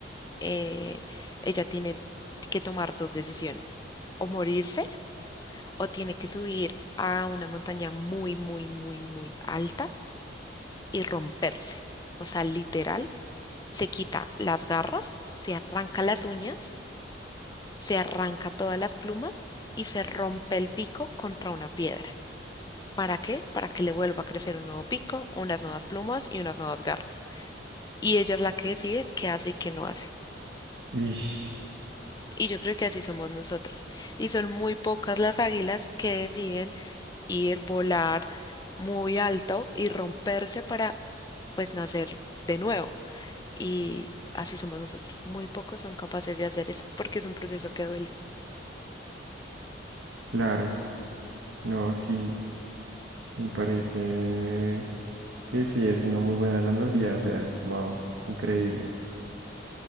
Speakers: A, on the left; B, on the right.
A: eh, ella tiene que tomar dos decisiones, o morirse o tiene que subir a una montaña muy, muy, muy, muy alta y romperse. O sea, literal, se quita las garras, se arranca las uñas, se arranca todas las plumas y se rompe el pico contra una piedra. ¿Para qué? Para que le vuelva a crecer un nuevo pico, unas nuevas plumas y unas nuevas garras. Y ella es la que decide qué hace y qué no hace.
B: ish,
A: Y yo creo que así somos nosotros. Y son muy pocas las águilas que deciden ir, volar muy alto y romperse para, pues, nacer de nuevo. Y así somos nosotros. Muy pocos son capaces de hacer eso porque es un proceso que duele.
B: claro, no, sí, me parece... Que sí, es una muy buena analogía, o sea, es wow, increíble.